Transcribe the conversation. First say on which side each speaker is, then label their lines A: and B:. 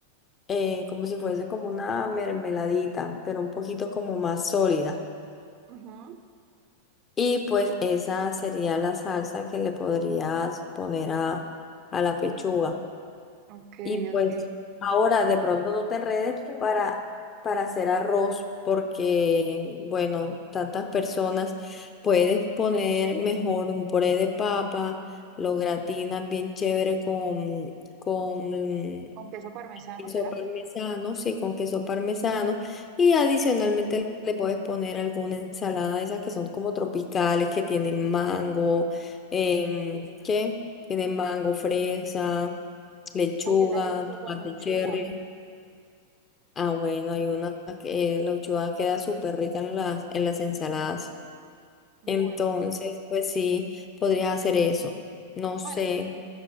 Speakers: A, on the left (about 25°); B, on the right (about 40°).
A: eh, como si fuese como una mermeladita, pero un poquito como más sólida.
B: Ujú.
A: Y pues esa sería la salsa que le podrías poner a, a la pechuga.
B: Ok,
A: Y pues
B: ok.
A: ahora de pronto no te enredes para, para hacer arroz porque, bueno, tantas personas, puedes poner mejor un puré de papa, lo gratinas bien chévere con, con
B: Con queso parmesano,
A: queso
B: ¿será?
A: parmesano, sí, con queso parmesano. Y adicionalmente le puedes poner alguna ensalada de esas que son como tropicales, que tienen mango, em, ¿qué? Tienen mango, fresa, lechuga,
B: Ay, yo las he visto
A: tomate
B: con uchúa.
A: cherry. Ah, bueno, y una que la lechuga queda súper rica en las, en las ensaladas.
B: Bueno,
A: Entonces, pues sí, podrías hacer eso. No
B: bueno,
A: sé.
B: pues,